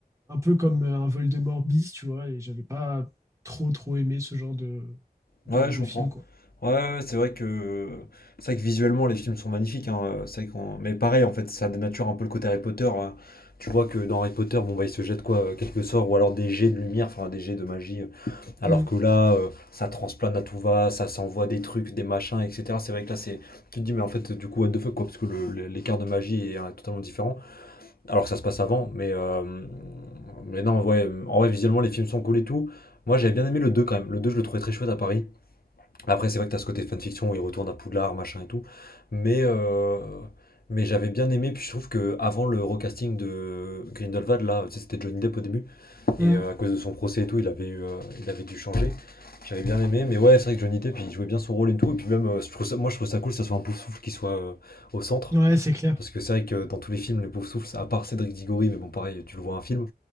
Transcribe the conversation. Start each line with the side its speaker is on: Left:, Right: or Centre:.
Right: un peu comme euh, un Voldemort bis, tu vois, et j'avais pas trop, trop aimé ce genre de, de,
Left: Ouais, je
Right: de
Left: comprends.
Right: film, quoi.
Left: Ouais, ouais, ouais, c'est vrai que c'est vrai que visuellement les films sont magnifiques hein, euh, c'est vrai qu'on- mais pareil en fait, ça dénature un peu le côté Harry Potter. hein. Tu vois que dans Harry Potter, bon bah il se jette quoi euh, quelques sorts ou alors des jets de lumière, enfin des jets de magie euh, alors
Right: Mm,
Left: que là euh, ça transplane à tout va, ça s'envoie des trucs, des machins etc. C'est vrai que là c'est tu te dis mais en fait du coup what the fuck quoi parce que le- le- l'écart de magie est euh, totalement différent alors que ça se passe avant mais euh, mais non, ouais, en vrai visuellement les films sont cool et tout. Moi, j'avais bien aimé le 2 quand même. Le 2 je le trouvais très chouette à Paris. Après, c'est vrai que t'as ce côté de fanfiction où il retourne à Poudlard, machin et tout. Mais, euh, mais j'avais bien aimé. Puis je trouve que avant le recasting de Grindelwald, là, tu sais, c'était Johnny Depp au début.
Right: mm.
Left: Et euh, à cause de son procès et tout, il avait, eu, euh, il avait dû changer. J'avais bien aimé. Mais ouais, c'est vrai que Johnny Depp, il jouait bien son rôle et tout. Et puis même, euh, je trouve ça- moi, je trouve ça cool que ça soit un Poufsouffle qui soit euh, au centre.
Right: Ouais, c'est clair.
Left: Parce que c'est vrai que dans tous les films, les Poufsouffles à part Cédric Diggory, mais bon, pareil, tu le vois un film,